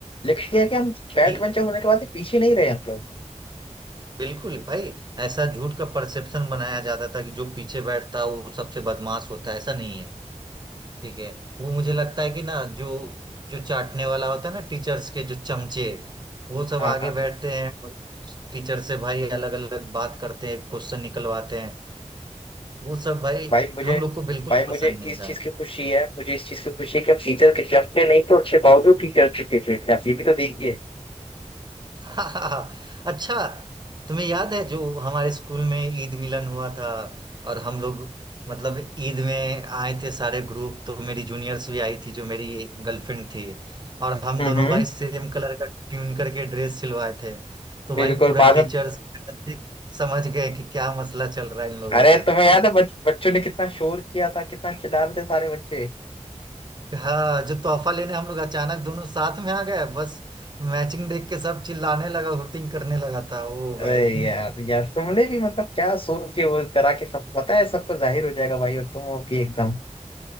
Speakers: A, on the left (about 45°); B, on the right (about 35°).
A: लेकिन ये है कि हम बैक
B: ये
A: बेंचर होने के बाद भी पीछे नहीं रहे हम लोग
B: बिल्कुल भाई ऐसा झूठ का परसेप्शन बनाया जाता था कि जो पीछे बैठता है वो सबसे बदमाश होता है ऐसा नहीं है ठीक है वो मुझे लगता है कि ना जो जो चाटने वाला होता है ना टीचर्स के जो चमचे वो सब
A: हाँ
B: आगे
A: हाँ
B: बैठते हैं और टीचर से भाई अलग अलग बात करते हैं क्वेश्चन निकलवाते हैं वो सब भाई
A: भाई मुझे
B: हम लोग को बिल्कुल
A: भाई मुझे
B: पसंद नहीं
A: इस
B: था
A: चीज की खुशी है मुझे इस चीज की खुशी है कि हम टीचर के डरते नहीं तो अच्छे बावजूद टीचर के फेवरेट थे आप ये भी तो देखिए
B: <laughs> हाँ, हाँ, हाँ। अच्छा तुम्हें याद है जो हमारे स्कूल में ईद मिलन हुआ था और हम लोग मतलब ईद में आए थे सारे ग्रुप तो मेरी जूनियर्स भी आई थी जो मेरी गर्लफ्रेंड थी और हम
A: हम्म
B: दोनों
A: हम्म,
B: भाई सेम कलर का ट्यून करके ड्रेस सिलवाए थे तो
A: बिल्कुल
B: भाई पूरा
A: बाद
B: टीचर्स
A: में
B: समझ गए कि क्या मसला चल रहा है इन लोगों
A: अरे
B: का
A: तुम्हें याद है बच, बच्चों ने कितना शोर किया था कितना चिल्ला रहे थे सारे बच्चे
B: हाँ जो तोहफा लेने हम लोग अचानक दोनों साथ में आ गए बस मैचिंग देख के सब चिल्लाने लगा हुटिंग करने लगा था ओ
A: अरे
B: भाई <laughs>
A: यार यार तुमने भी मतलब क्या सोच के वो करा के सब पता है सबको जाहिर हो जाएगा भाई और तुम हो कि एकदम